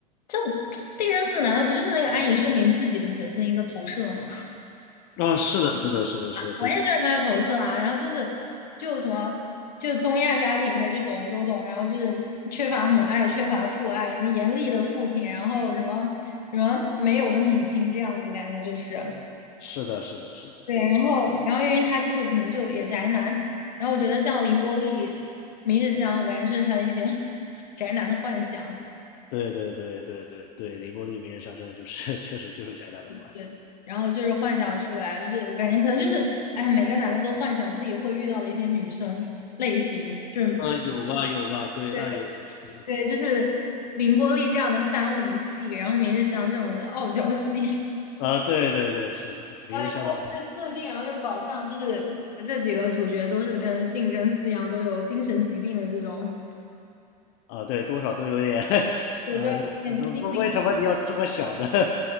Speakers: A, on the left; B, on the left.
A: 这种 <tsk> 定真寺难道不就是那个安野秀明自己的本身一个投射吗？
B: 啊，是的，是的，是的，是的，对，
A: 我也就是他的投射啊，然后就是就什么就东亚家庭呗，就懂都懂，然后就是缺乏母爱，缺乏父爱，什么严厉的父亲，然后什么什么没有的母亲这样子，感觉就是
B: 是的，是的，是的，
A: 对，然后然后因为他就是可能就也宅男，然后我觉得像凌波丽、明日香，我感觉就是他的一些 <laughs> 宅男的幻想，
B: 对对对对对对，《凌波利名人像真的就是 <laughs> 确实就是宅男的坏。
A: 对，然后就是幻想出来，就是我感觉可能就是哎呀每个男的都幻想自己会遇到的一些女生 <laughs> 类型，就是。
B: 呃，有吧，有吧，对，
A: 对。
B: 那有的是的
A: 对，就是凌波丽这样的三无戏，然后明日香这种的傲娇戏，
B: 啊，对对对，是的，
A: <laughs> 然后然后里面设定，
B: 明日小岛
A: 然后又搞上，就是这几个主角都是跟定真寺一样，都有精神疾病的这种，
B: 啊，对，多少都有点，<laughs>
A: 对，
B: 呃，
A: 就有点心理，
B: 不不为什么你要这么想呢？<laughs>